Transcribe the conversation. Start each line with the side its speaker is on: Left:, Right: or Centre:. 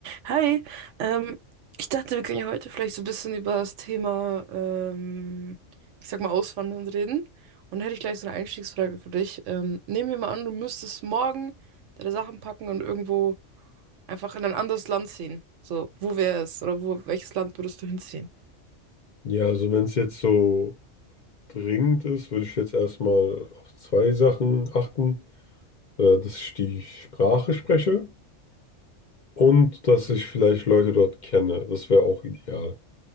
Right: Hi, ähm, ich dachte, wir können ja heute vielleicht so ein bisschen über das Thema, ähm, ich sag mal, Auswandern reden. Und da hätte ich gleich so eine Einstiegsfrage für dich. Ähm, nehmen wir mal an, du müsstest morgen deine Sachen packen und irgendwo einfach in ein anderes Land ziehen. So, wo wäre es? Oder wo, welches Land würdest du hinziehen?
Left: Ja, also wenn es jetzt so dringend ist, würde ich jetzt erstmal auf zwei Sachen achten, äh, dass ich die Sprache spreche und dass ich vielleicht Leute dort kenne. Das wäre auch ideal.